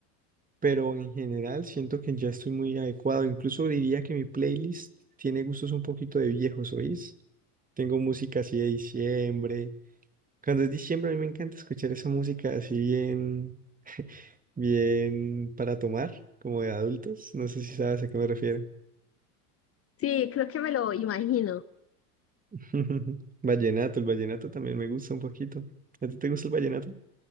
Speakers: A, on the right; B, on the left.
A: Pero en general siento que ya estoy muy adecuado. Incluso diría que mi playlist tiene gustos un poquito de viejos, ¿oís? Tengo música así de diciembre Cuando es diciembre, a mí me encanta escuchar esa música así bien, bien para tomar, como de adultos. No sé si sabes a qué me refiero.
B: Sí, creo que me lo imagino.
A: <laughs> Vallenato, el vallenato también me gusta un poquito. ¿A ti te gusta el vallenato?